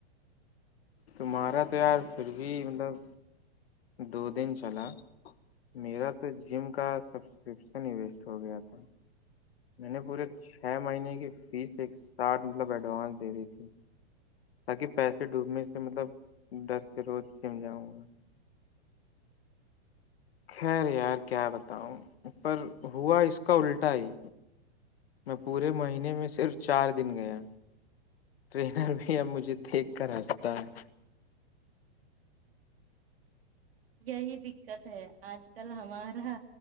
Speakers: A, on the left; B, on the right.
A: تمہارا تو یار پھر بھی مطلب دو دن چلا میرا تو جم کا سبسکرپشن ہی ویسٹ ہو گیا تھا میں نے پورے چھ مہینے کی فیس ایک ساھ مطلب ایڈوانس دے دی تھی تاکہ پیسے ڈوبنے سے مطلب ڈر سے روز جم جاؤں گا خیر یار کیا بتاؤں پر ہوا اس کا الٹا ہی میں پورے مہینے میں صرف چار دن گیا ٹرینر بھی اب مجھے دیکھ کر ہنستا ہے
B: یہی دقت ہے آج کل ہمارا